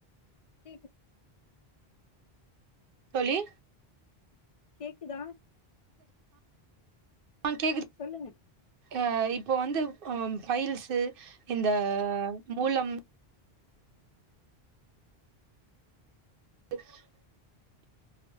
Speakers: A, on the left (about 45°); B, on the right (about 65°).
A: கேக்கு
B: தோழி
A: கேக்குதா
B: ஆ கேக்குது
A: சொல்லுங்க
B: ஆ இப்போ வந்து பைல்ஸ்சு இந்த மூலம் ச <inaudible>